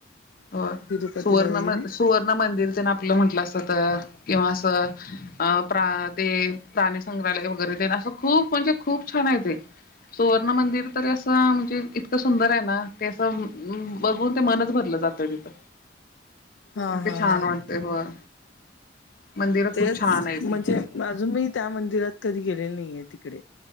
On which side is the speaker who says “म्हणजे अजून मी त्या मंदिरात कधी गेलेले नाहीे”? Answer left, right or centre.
Left